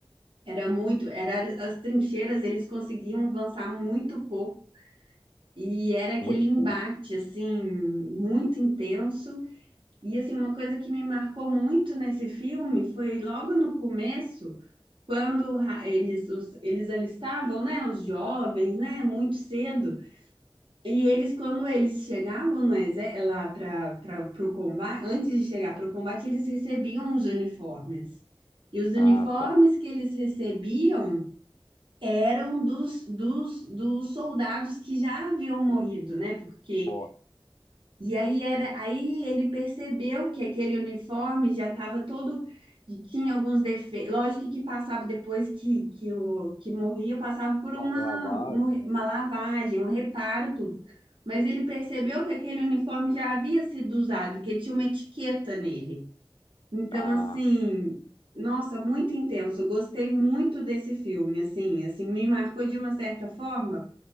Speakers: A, on the right; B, on the left.
A: era muito, era as trincheiras, eles conseguiam avançar muito pouco. E era aquele
B: muito
A: embate,
B: pouco.
A: assim, muito intenso. E, assim, uma coisa que me marcou muito nesse filme foi logo no começo, quando ra- eles, os, eles alistavam, né, os jovens, né, muito cedo. E eles, quando eles chegavam no exé- lá para para o combate, antes de chegar para o combate, eles recebiam os uniformes. E os uniformes
B: Ah, tá.
A: que eles recebiam eram dos, dos, dos soldados que já haviam morrido, né? Porque
B: Ó,
A: e aí era aí ele percebeu que aquele uniforme já estava todo e tinha alguns defeitos. Lógico que passava depois que que, o, que morria, passava por
B: Uma
A: uma
B: lavagem.
A: uma lavagem, um reparo, tudo. Mas ele percebeu que aquele uniforme já havia sido usado, que tinha uma etiqueta nele. Então,
B: ah,
A: assim, nossa, muito intenso. Eu gostei muito desse filme, assim, assim, me marcou de uma certa forma